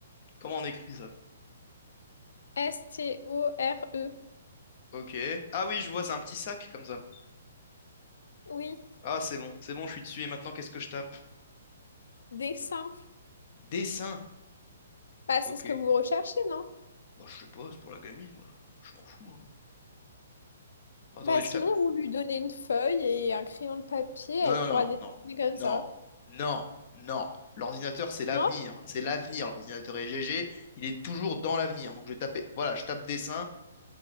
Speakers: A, on the left; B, on the left.
A: Comment on écrit ça?
B: S-T-O-R-E.
A: Ok. Ah oui, je vois, c'est un petit sac comme ça.
B: Oui,
A: Ah, c'est bon, c'est bon, je suis dessus. Et maintenant, qu'est-ce que je tape?
B: dessin.
A: Dessin.
B: Bah, c'est
A: Ok.
B: ce que vous recherchez, non?
A: Bah, je sais pas, c'est pour la gamine, moi. Je, je m'en fous, hein. Bah, attendez,
B: Bah, sinon,
A: je tape.
B: vous lui donnez une feuille et un crayon de papier,
A: Non,
B: elle
A: non,
B: pourra
A: non,
B: dessiner
A: non,
B: comme
A: non,
B: ça.
A: non, non, non. L'ordinateur, c'est l'avenir.
B: Non?
A: C'est l'avenir, l'ordinateur. Et GG, il est toujours dans l'avenir. Donc, je vais taper. Voilà, je tape dessin.